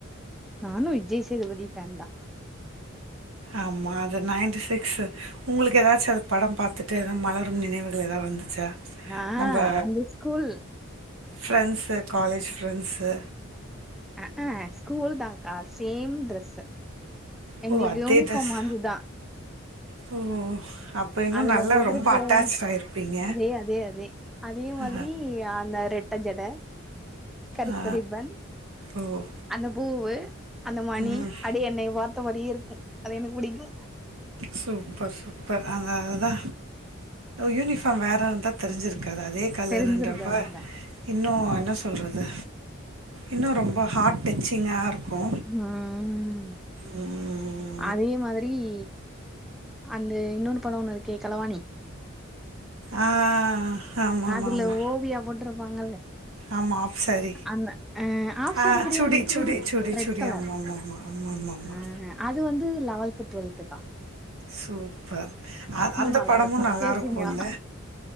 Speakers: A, in the centre; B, on the right (about 75°).
A: நானு விஜய் சேதுபதி ஃபேன் தா
B: ஆமா அது நைன்டி சிக்ஸ் உங்களுக்கு ஏதாச்சு அது படம் பாத்துட்டு எதா மலரு நினைவுகள் எதாவது வந் ச்சா
A: ஆ
B: நம்ம
A: அந்த ஸ்கூல்
B: ஃப்ரெண்ட்சு காலேஜ் ஃப்ரெண்ட்சு
A: அஹ் ஆஹ் ஸ்கூல் தான்க்கா சேம் ட்ரெஸ்சு எங்ளுக்கு
B: ஓ! அதே
A: யூனிஃபாம்
B: ட்ரெஸ்.
A: வந்துதா
B: ஓ அப்ப இன்னும்
A: அதுல
B: நல்லா
A: போட்டிருக்கு
B: ரொம்ப அட்டாச்ட் ஆயிருப்பீங்க.
A: அதே அதே அதே அதே மாதிரி
B: ஆ,
A: அந்த ரெட் ரெட்ட ஜட கருப்பு
B: ஆ.
A: ரிப்பன்
B: ஓ
A: அந்த பூவு அந்த மணி
B: ம்.
A: அப்டியே என்னய பாத்த மாரி இருக்கு அது எனக்கு பிடிக்கும்
B: சூப்பர் சூப்பர் அது அதுதா யூனிஃபாம் வேற இருந்தாத் தெரிஞ்சிருக்காது அதே கலருன்றப்ப
A: தெரிஞ்சிருக்கு அதுதா
B: இன்னு என்ன சொல்றது இன்னு ரொம்ப ஹாட் டச்சிங்காக இருக்கு
A: ம்ம்ம்
B: ம்ம்ம்
A: அதே மாதிரிஇ அந்த இன்னொன்னு படோ ஒண்ணு இருக்கே கலவாணி
B: ஆ ஆமா ஆமா
A: அதுல
B: ஆமா
A: ஓவியா போட்ருப்பாங்கல்ல
B: ஆமா ஆப் சாரி
A: அந்த அ ஆஃப்
B: ஆ
A: சாரி கெடையாது
B: சுடி சுடி சுடி
A: ரெட்
B: சுடி
A: கலர்
B: ஆமா ஆமா ஆமா ஆமா ஆமா ஆமா
A: ஆ அது வந்து லவல்த் டுவெல்த்துகா
B: சூப்பர் அ அந்த
A: நல்லா
B: படமு
A: இருக்கு
B: நல்லாருக்குல்ல
A: சேசிங்கா